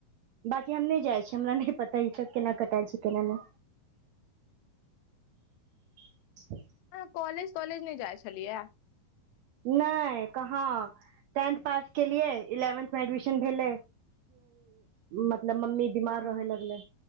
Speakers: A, on the right; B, on the left.
A: की हम नइ जाइ छीय हमरा नहि पता ई सब केना कटाय छै, केना नै। <inaudible>
B: आँहा कॉलेज तॉलेज नहि जाइ छलियै।
A: नय कहाँ टेंथ पास केलियै इलेवेन्थ मे एडमिशन भेलै। मतलब मम्मी बीमार
B: हँ
A: रहे लगलै